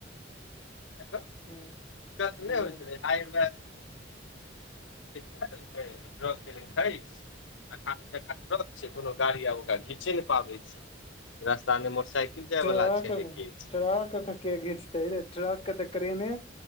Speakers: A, on the left; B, on the left.
A: दिक्कत
B: हँ हँ
A: नै होइत रहै आई ओकरा स तै ्रग गल खइ <inaudible> अठारह चक्का ट्रक छै कोनो गाड़ी आ ओकरा खिंचे नहि पाबै छै रस्ता में मोटरसाइकिल जाय
B: ट्रक
A: वाला छै ने किछ
B: ट्रक के घीचतेै रे ट्रक तऽ क्रेन ने